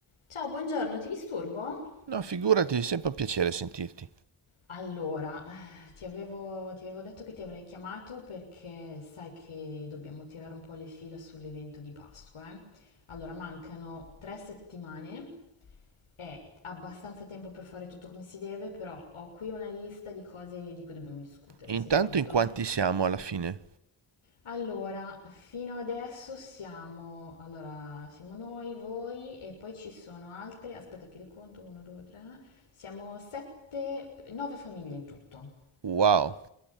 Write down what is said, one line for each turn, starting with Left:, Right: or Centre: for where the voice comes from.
Left: Ciao, buongiorno, ti disturbo?
Right: No, figurati, è sempre un piacere sentirti.
Left: Allora, eh, ti avevo, ti avevo detto che ti avrei chiamato perché sai che dobbiamo tirare un po' le fila sull'evento di Pasqua, eh. Allora, mancano tre settimane, è abbastanza tempo per fare tutto come si deve, però ho qui una lista di cose di cui dobbiamo discutere.
Right: E Intanto
Left: Sei pronto?
Right: in quanti siamo alla fine?
Left: Allora, fino adesso siamo, allora, siamo noi, voi e poi ci sono altre, aspetta che li conto, 1, 2, 3, siamo 7, 9 famiglie in tutto.
Right: Wow,